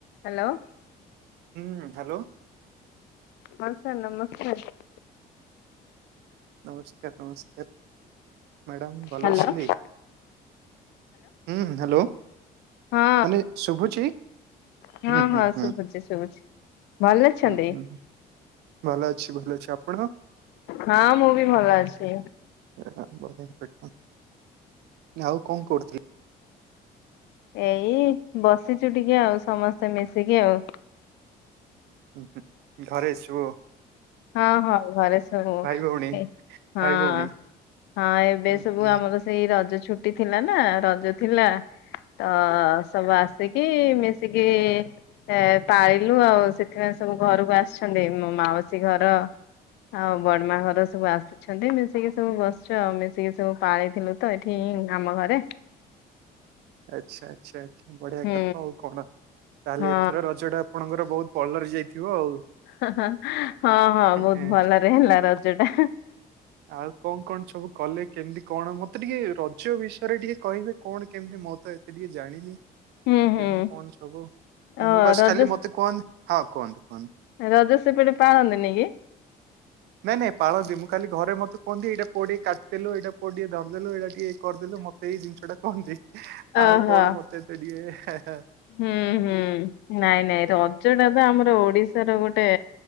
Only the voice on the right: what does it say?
ହୁଁ hello.
ନମସ୍କାର ନମସ୍କାର ମ୍ୟାଡ଼ାମ ଭଲ
ଅଛନ୍ତି। ହୁଁ ହ୍ୟାଲୋ
ମାନେ ଶୁଭୁଛି।
ହୁଁ ହୁଁ
ହୁଁ
ହୁଁ ହୁଁ ଭଲ ଅଛି ଭଲ ଅଛି ଆପଣ?
<unintelligible> ଆଉ କଣ କରୁଚି?
ଉ ହୁ ଘରେ ସୁଅ
ଭଉଣୀ
ଭାଇ ଭଉଣୀ
ହୁଁ
ହୁଁ
ଆଚ୍ଛା ଆଚ୍ଛା ଆଚ୍ଛା ବଢିଆ
କଥା ଆଉ କଣ ତାହେଲେ
ଏଥର ରଜ ଟା ଆପଣଙ୍କର ବହୁତ ପଲରେ ଯାଇଥିବ ଆଉ
ହେଁ
ଆଉ କଣ କଣ ସବୁ କଲେ କେମିତି କଣ ମତେ ଟିକେ ରଜ ବିଷୟରେ ଟିକେ କହିବେ କଣ? କେମିତି ମୋତ ଏତେ ଟିକେ ଜାଣିନି
କେମତି
କଣ ସବୁ
ମୁଁ ବାସ
ଖାଲି ମତେ କୁହନ୍ତ ହଁ କୁହନ୍ତୁ କୁହନ୍ତୁ
ନାଇଁ ନାଇଁ ପାଳନ୍ତି ମୁଁ ଖାଲି ଘରେ ମତେ କୁହନ୍ତି ଏଇଟା ପୁଅ ଟିକେ କାଟିଦେଲୁ ଏଇଟା ପୁଅ ଟିକେ ଧରିଦେଲୁ ଏଇଟା ଟିକେ କରିଦେଲେ ମତେ ଏଇ ଜିନିଷ ଟା କୁହନ୍ତି
ଆଉ କଣ ମତେ ତ ଟିକେ